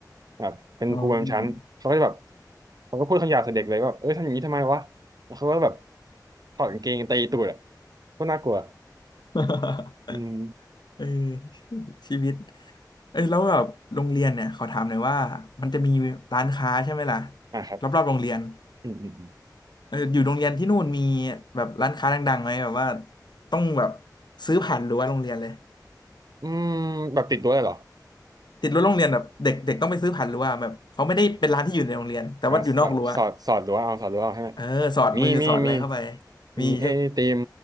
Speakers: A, on the right (about 60°); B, on the left (about 80°).
A: แบบเป็นครูประจำชั้นเขาก็จะแบบ
B: อ๋อ
A: เขาก็พูดคำหยาบใส่เด็กเลยว่าแบบเอ้ยทำอย่างนี้ทำไมวะแล้วเขาก็แบบถอดกางเกงตีตูดอ่ะก็น่ากลัว
B: <laughs>
A: อืม
B: เออชีวิตเอ้ยแล้วแบบโรงเรียนเนี่ยขอถามหน่อยว่ามันจะมีร้านค้าใช่ไหมล่ะ
A: อ่ะครับ
B: รอบๆโรงเรียน
A: อืมอืม
B: เอออยู่โรงเรียนที่นู่นมีแบบร้านค้าดังๆไหมแบบว่าต้องแบบซื้อผ่านรั้วโรงเรียนเลย
A: อืมแบบติดรั้วเลยเหรอ
B: ติดรั้วโรงเรียนแบบเด็กเด็กต้องไปซื้อผ่านรั้วแบบเขาไม่ได้เป็นร้านที่อยู่ในโรงเรียนแต่ว่าอยู่นอกรั้ว
A: อ่ะแบบสอดสอดรั้วเอาสอดรั้วเอาให้ไหม
B: เออสอดมือสอดอะไรเข้าไป
A: มีมีมี
B: มีใช่
A: มีไอติม